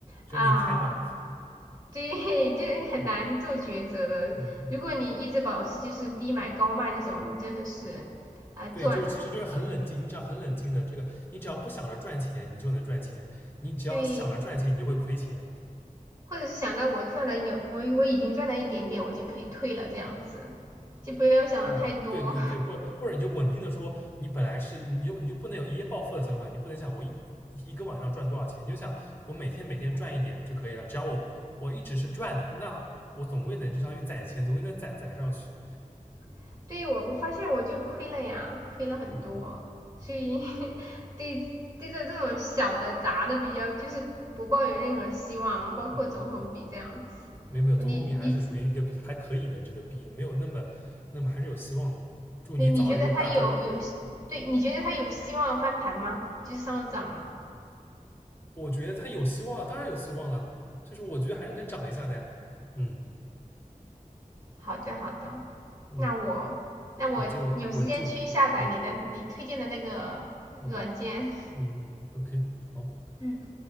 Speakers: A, on the left; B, on the right.
A: 就是你贪嘛，
B: 啊，对，<laughs> 就很难做抉择的。
A: 嗯嗯嗯。
B: 如果你一直保持就是低买高卖这种，你真的是啊、赚了。
A: 对，就是其实就是很冷静，你只要很冷静的这个，你只要不想着赚钱，你就能赚钱；你只要想着赚钱，
B: 对，
A: 你就会亏钱。
B: 或者是想到我赚了有我我已经赚了一点点，我就可以退了这样子，就不要想的太多。
A: 呃，对对对，或或者你就稳定的说，你本来是你就你就不能有一夜暴富的想法，你不能想我一一个晚上赚多少钱，你就想我每天每天赚一点就可以了，只要我我一直是赚的，那我总归能就相当于攒钱，总归能攒攒上去。
B: <laughs> 对我我发现我就亏了呀，亏了很多，
A: 嗯
B: 所以 <laughs> 对对着这种小的砸的比较就是不抱有任何希望，包括总统币这样子。
A: 嗯，嗯没有没有，总共比还是属于一个比还可以的这个币，
B: 你你
A: 没有那么那么还是有希望的。祝你早日大赚。
B: 你你觉得他有有对？你觉得他有希望翻盘吗？就是上涨吗？
A: 我觉得他有希望，当然有希望了，就是我觉得还是能涨一下的呀。嗯
B: 好的，好的，
A: 嗯，
B: 那我那我有时间去下载你的你推荐的那个软件。
A: 你就稳住。嗯嗯嗯嗯，OK，好。
B: 嗯，